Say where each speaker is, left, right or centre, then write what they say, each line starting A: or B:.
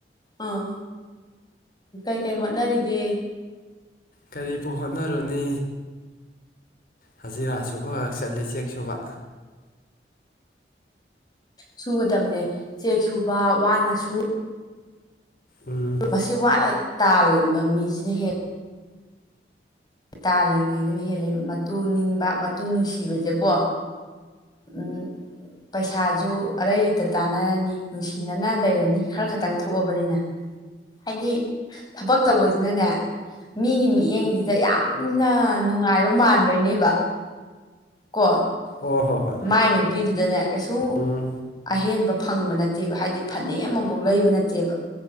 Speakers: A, on the left (about 25°); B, on the left (about 55°).
A: ꯑꯥ ꯀꯩꯀꯩ ꯍꯣꯠꯅꯔꯤꯒꯦ
B: ꯀꯔꯤꯕꯨ ꯍꯣꯠꯅꯔꯨꯅꯤ ꯍꯖꯤꯔꯥ ꯁꯨꯕꯈꯛ ꯆꯠꯂꯤ ꯆꯦꯛ ꯁꯨꯕ
A: ꯁꯨꯒꯗꯝꯕꯅꯦ ꯆꯦꯛ ꯁꯨꯕ ꯋꯥꯅ ꯁꯨ
B: ꯎꯝ
A: ꯃꯁꯤ ꯋꯥꯅ ꯇꯥꯟꯕ ꯃꯤꯁꯤꯅ ꯍꯦꯟꯂꯦ ꯇꯥꯜꯂꯤꯉꯩꯗꯅ ꯍꯦꯜꯂꯦꯕ ꯃꯇꯨ ꯅꯤꯡꯕ ꯃꯇꯨ ꯅꯨꯡꯁꯤꯕꯁꯦꯀꯣ ꯎꯝ ꯄꯩꯁꯥꯖ ꯑꯔꯩ ꯂꯩꯇ ꯇꯥꯟꯅꯔꯅꯤ ꯅꯨꯡꯁꯤꯅꯅ ꯂꯩꯔꯅꯤ ꯈꯔ ꯈꯇꯪ ꯊꯣꯛꯑꯕꯅꯤꯅ ꯍꯥꯏꯗꯤ ꯊꯕꯛ ꯇꯧꯕꯁꯤꯅꯅꯦ ꯃꯤꯒꯤ ꯃꯤꯠꯌꯦꯡꯁꯤꯗ ꯌꯥꯝ ꯅ ꯅꯨꯡꯉꯥꯏꯕ ꯃꯥꯟꯕꯩꯅꯦꯕ ꯀꯣ
B: ꯑꯣ ꯍꯣ ꯍꯣꯏ
A: ꯃꯥꯏ ꯅꯨꯄꯤꯗꯨꯗꯅꯦ ꯀꯩꯁꯨ
B: ꯎꯝ
A: ꯑꯍꯦꯟꯕ ꯐꯪꯕ ꯅꯠꯇꯦꯕ ꯍꯥꯏꯗꯤ ꯐꯅꯦꯛ ꯑꯃꯐꯥꯎ ꯂꯩꯕ ꯅꯠꯇꯦꯕ